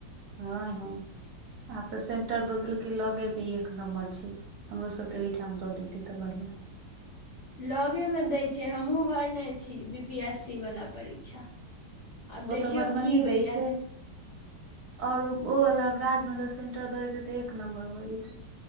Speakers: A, on the right (about 60°); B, on the left (about 50°).
A: हँ हँ आब तऽ सेंटर दऽ देलकै लगे मे एक नम्बर छै हमरो सभके ओहिठाम दऽ दैतै तऽ बढ़िआँ
B: लगेमे दै छै हमहुँ भरने छी बी पी एस सी वला परीक्षा आब देखियौ
A: ओ तऽ मधुबनी
B: की होइया
A: दै छै और ओ वला राजनगर सेंटर दऽ दैतै तऽ एक नम्बर भऽ जैतै